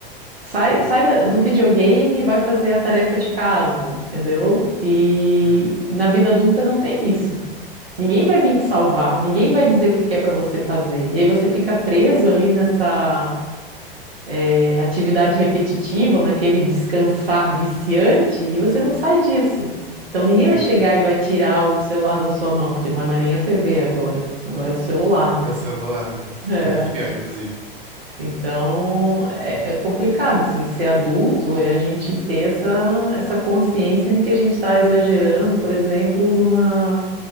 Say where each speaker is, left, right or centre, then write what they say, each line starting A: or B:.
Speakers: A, on the right; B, on the right.
A: Sai, sai da- do videogame e vai fazer a tarefa de casa, entendeu? E,
B: é,
A: e na vida adulta não tem isso. Ninguém vai vir te salvar, ninguém vai dizer o que que é para você fazer. E aí você fica preso ali nessa é, atividade repetitiva, ou naquele descansar viciante, e você não sai disso. Então ninguém
B: é.
A: vai chegar e vai tirar o celular da sua mão, porque não é mais nem a TV agora. Agora é o celular, né?
B: É o celular, né,
A: É.
B: que é muito pior, inclusive.
A: Então, é, é complicado, assim, ser adulto é a gente ter essa, essa consciência de que a gente está exagerando, por exemplo, numa...